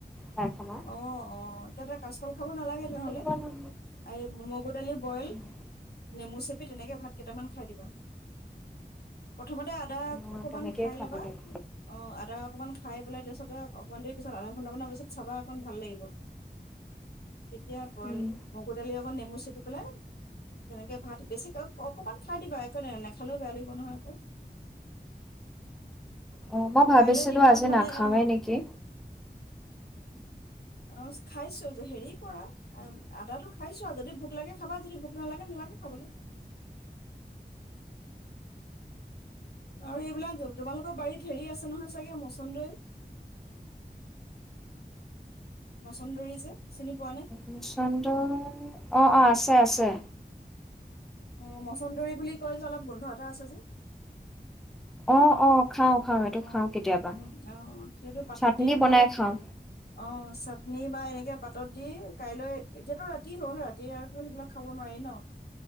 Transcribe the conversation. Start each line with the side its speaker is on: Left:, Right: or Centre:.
Centre: পায়খানা
Left: অ, অ। <unintelligible> কাছ কল খাব নালাগে। কি
Centre: সেইটো
Left: হলে
Centre: কাৰণে
Left: <unintelligible> মগু দালি বইল
Centre: মই
Left: নেমু চেপি তেনেকৈ ভাত কেইটামান খাই দিবা। প্ৰথমতে আদা
Centre: অ
Left: অকমান
Centre: তেনেকেই
Left: খাই
Centre: খাব
Left: ল'বা
Centre: লাগিব
Left: অ, আদা অকমান খাই পেলাই তাৰপিছত এ অকমান দেৰি পিছত আধা ঘণ্টামানৰ পিছত চাবা। অকণ ভাল লাগিব। তেতিয়া বইল
Centre: উম
Left: মগুৰ দালি অকন নেমু চেপি পেলাই তেনেকে ভাত বেছিক অকমান খাই দিবা একো নাই নেখালেও বেয়া লাগিব নহয় আকৌ।
Centre: অ, মই
Left: আকৌ
Centre: ভাবিছিলো
Left: কাইলৈ দিনত
Centre: আজি
Left: মানে
Centre: নাখামেই
Left: অ',
Centre: নেকি?
Left: অ খাইছো হেৰি কৰা আদাটো খাইছো আৰু যদি, ভোক লাগে খাবা যদি ভোক নালাগে নালাগে খাবলৈ। আৰু এইবিলাক তোমালোকৰ বাৰীত হেৰি আছে নহয় চাগে মচনদৈ? মচন্দৰী যে চিনি পোৱা নাই
Centre: মচন্দ অ অ আছে আছে
Left: অ মছন্দৰী বুলি কয় যে অলপ গোন্ধ এটা আছে যে
Centre: অ অ খাওঁ খাওঁ এইটো
Left: অ
Centre: খাওঁ কেতিয়াবা
Left: উ অ সেইটো পাতত
Centre: চাটনি
Left: দি পেলাই
Centre: বনাই খাওঁ।
Left: অ চাটনি বা এনেকৈ পাতত দি কাইলৈ এতিয়াতো ৰাতি হ'ল ৰাতি আৰু সেইবিলাক খাব নোৱাৰি ন